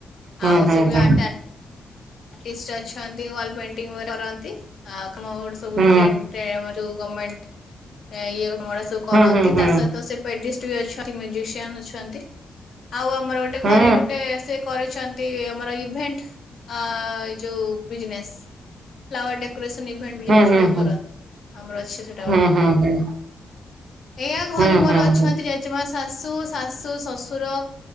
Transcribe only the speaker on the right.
ହୁଁ
ହୁଁ
ହୁଁ
ହୁଁ
ହୁଁ ହୁଁ ହୁଁ।
ହୁଁ
ହୁଁ ହୁଁ
ହୁଁ
ହୁଁ, ହୁଁ, ହୁଁ
ହୁଁ
ହୁଁ ହୁଁ
ହୁଁ।